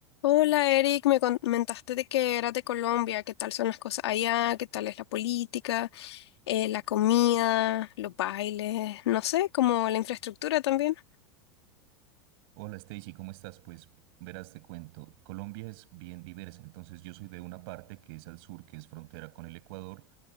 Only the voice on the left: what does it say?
Hola Eric, me comentaste de que eras de Colombia, qué tal son las cosas allá, qué tal es la política, eh, la comida, los bailes, no sé, como la infraestructura también.